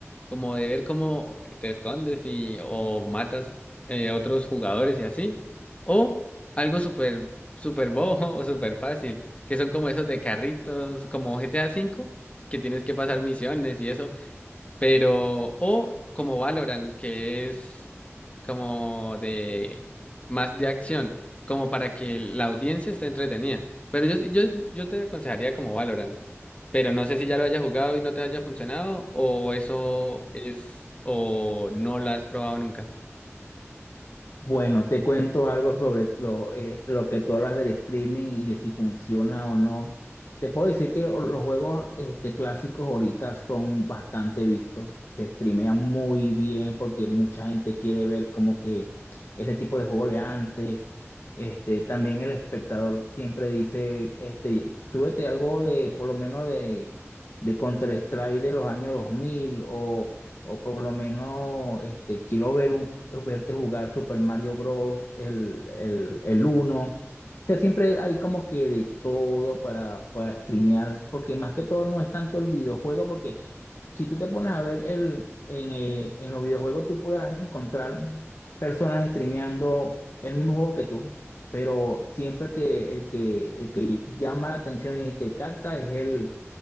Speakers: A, on the left; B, on the left.
A: como de ver cómo te escondes y o matas eh, otros jugadores y así. O algo súper súper bobo <laughs> o súper fácil, que son como esos de carritos, como GTA cinco que tienes que pasar misiones y eso. Pero, o como Valorant, que es como de más de acción, como para que la audiencia esté entretenida. Pero yo, sí- yo, yo te aconsejaría como Valorant. Pero no sé si ya lo hayas jugado y no te haya funcionado, o eso es, o no lo has probado nunca.
B: Bueno, te cuento algo sobre lo, eh, lo que tú hablas del streaming y de si funciona o no. Te puedo decir que lo- los juegos este, clásicos ahorita son bastante vistos. Se streamea muy bien porque mucha gente quiere ver como que ese tipo de juego de antes. Este, también el espectador siempre dice, este, súbete algo de, por lo menos de, de Counter-Strike de los años 2000 o... O por lo menos este, quiero ver un- verte jugar Super Mario Bros. el, el, el uno O sea, siempre hay como que de todo para, para streamear, porque más que todo no es tanto el videojuego, porque si tú te pones a ver el, en, eh, en los videojuegos, tú podrás encontrar personas streameando el mismo juego que tú, pero siempre que el que, el que llama la atención y el que capta es el